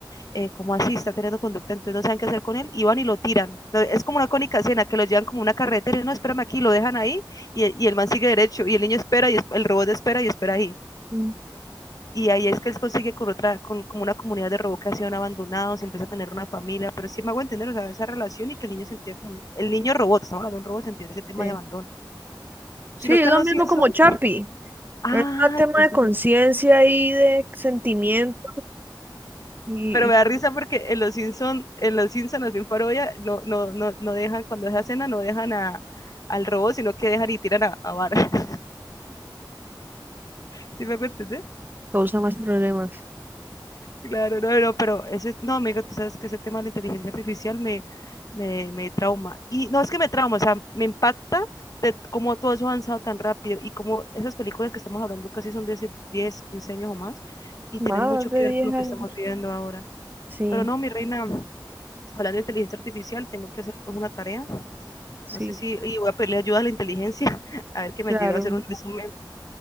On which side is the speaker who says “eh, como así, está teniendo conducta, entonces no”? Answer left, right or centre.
Left